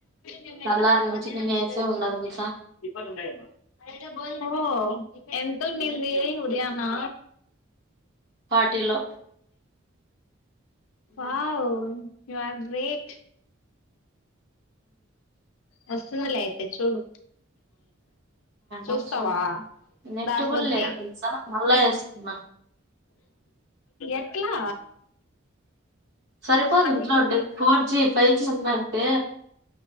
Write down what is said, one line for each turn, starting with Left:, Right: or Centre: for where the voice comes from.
Left: మేము
Right: తెల్లారి
Left: ఎట్లా సార్
Right: నుంచి
Left: మధ్యా్న్ని
Right: నేను వేసే
Left: చేసుకుని
Right: ఉన్నా
Left: వచ్చ
Right: తెలుసా
Left: ఇప్పడు ఉండయిడి ఓ ఎంతుండింది ఉదయానా
Right: ఫార్టీలో
Left: వావ్ యూ ఆర్ గ్రేట్ వస్తుంది లే అయితే చూడు చూస్తావా
Right: వస్తుంది. నెట్
Left: దాని
Right: కూడా
Left: బదులు
Right: లేదు
Left: ఇ
Right: తెలుసా మళ్ళా వేసుకున్నా
Left: ఎట్లా
Right: సరిపోదు
Left: అన్
Right: ఇంట్లో ఉంటే ఫోర్ జీ ఫైవ్ జీ ఉందంటే